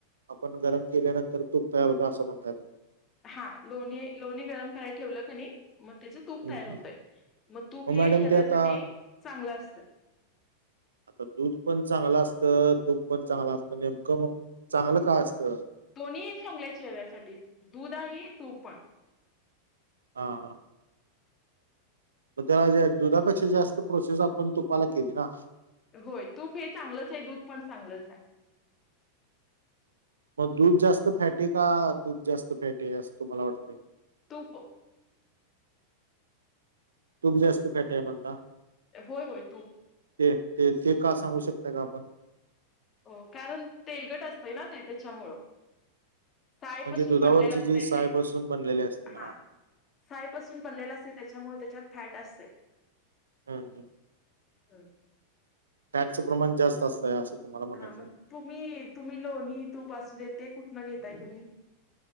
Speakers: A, on the right; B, on the left.
A: आपण गरम केल्यानंतर, तूप तयार होत असं म्हणताय तुम्ही.
B: हा लोणी लोणी गरम करायला ठेवलं कणी, मग तेच तूप तयार
A: हं.
B: होतंय, मग तूप हे
A: मॅडम
B: शरीरासाठी
A: ते आता
B: चांगलं असतं.
A: दूध पण चांगलं असतं, तूप पण चांगलं असतं नेमकं मग. चांगलं काय असत.
B: दोन्ही चांगले, चेहऱ्यासाठी दूध आणि तू पण.
A: हां हां. मग त्या, दुधापेक्षा जास्त प्रोसेस आपण तुपाला केली ना.
B: होय तूप हे चांगलंच हाय, दूध पण चांगलंच हाय.
A: मग दूध जास्त फॅटी का, तूप जास्त फॅटी असं तुम्हाला वाटतंय.
B: तूप.
A: तूप जास्त फॅटी हाय म्हणता.
B: होय होय तूप
A: ते ते ते का सांगू शकताय, का आपण
B: हो कारण तेलकट असतंय ना, ते त्याच्यामुळं साय
A: म्हणजे
B: पासून
A: दुधावरची
B: बनलेला असतेय
A: जी सायपासून
B: ते,
A: बनलेली असते
B: हा सायपासून बनलेलं असते, त्यांच्यामुळे त्याच्यात फॅट असते.
A: हम हम.
B: हम.
A: फॅटचं प्रमाण जास्त असतंय असं. तुम्हाला म्हणायचं
B: हा मग
A: आहे
B: तुम्ही तुम्ही लोणी तूप असूदे, ते कुठनं घेताय तुम्ही.